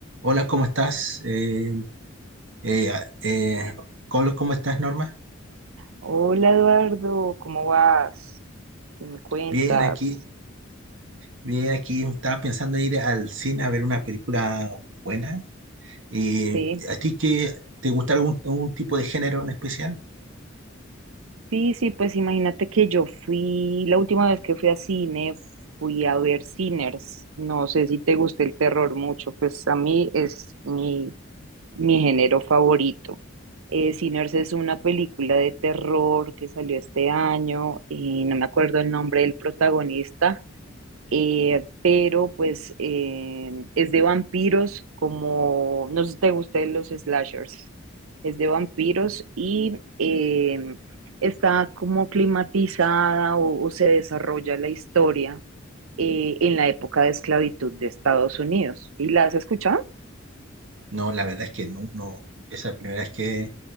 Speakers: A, on the right; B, on the right.
A: Hola, ¿cómo estás? Eh, eh, a- eh, Colo, ¿cómo estás, Norma?
B: Hola Eduardo, ¿cómo vas? ¿Qué me cuentas?
A: Bien aquí, bien aquí. Estaba pensando ir al cine a ver una película buena. Eh,
B: Sí,
A: ¿a ti qué te gusta algún, algún tipo de género en especial?
B: sí, sí, pues imagínate que yo fui, la última vez que fui a cine, fui a ver Sinners. No sé si te gusta el terror mucho, pues a mí es mi, mi género favorito. Eh, Sinners es una película de terror que salió este año y no me acuerdo el nombre del protagonista eh, pero pues eh, es de vampiros como, no sé si te gustan los slashers, es de vampiros y eh, está como climatizada o, o se desarrolla la historia eh, en la época de esclavitud de Estados Unidos. ¿Y la has escuchado?
A: No, la verdad es que no, no. Esa es la primera vez